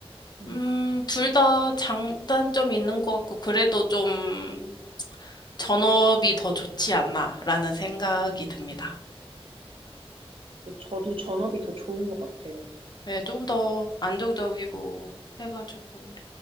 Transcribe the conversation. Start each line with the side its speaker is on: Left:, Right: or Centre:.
Right: 음,
Left: 음, 둘 다 장단점이 있는 것 같고, 그래도 좀 전업이 더 좋지 않나라는 생각이
Right: 음.
Left: 듭니다.
Right: 근데 저도 전업이 더 좋은 것 같아요.
Left: 네, 조금 더 안정적이고 해가지고.